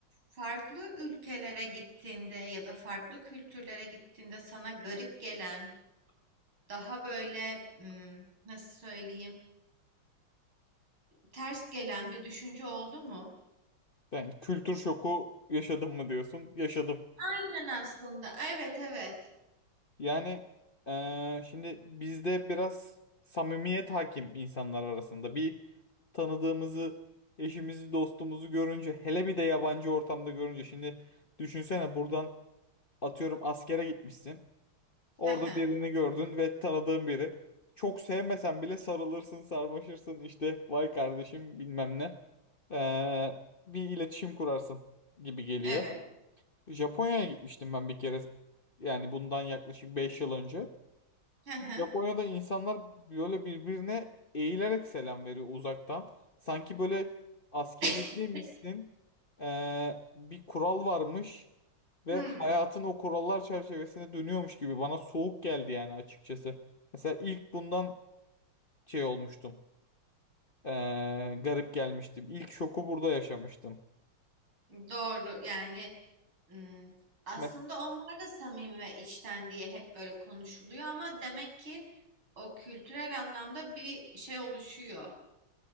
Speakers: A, on the right; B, on the left.
A: farklı ülkelere gittiğinde ya da farklı kültürlere gittiğinde sana garip gelen, daha böyle hmm, nasıl söyleyeyim, ters gelen bir düşünce oldu mu?
B: Yani kültür şoku yaşadım mı diyorsun? Yaşadım.
A: Aynen aslında. Evet, evet.
B: Yani eee, şimdi bizde biraz samimiyet hakim insanlar arasında. Bir tanıdığımızı, eşimizi, dostumuzu görünce, hele bir de yabancı ortamda görünce. Şimdi düşünsene buradan atıyorum askere gitmişsin. Orada
A: Hı hı.
B: birini gördün ve tanıdığın biri. Çok sevmesen bile sarılırsın, sarmaşırsın. işte vay kardeşim bilmem ne. Eee, bir iletişim kurarsın gibi geliyor.
A: Evet.
B: Japonya'ya gitmiştim ben bir kere. Yani bundan yaklaşık 5 yıl önce.
A: Hı hı.
B: Japonya'da insanlar böyle birbirine eğilerek selam veriyor uzaktan. Sanki böyle askeriyedeymişsin.
A: <laughs>
B: Ee, bir kural varmış ve
A: Hmm,
B: hayatın o kurallar çerçevesinde dönüyormuş gibi bana soğuk geldi yani açıkçası. Mesela ilk bundan şey olmuştum. Ee, garip gelmiştim. İlk şoku burada yaşamıştım.
A: doğru. Yani hmm, aslında
B: Me-
A: onlar da samimi ve içten diye hep böyle konuşuluyor ama demek ki o kültürel anlamda bir şey oluşuyor.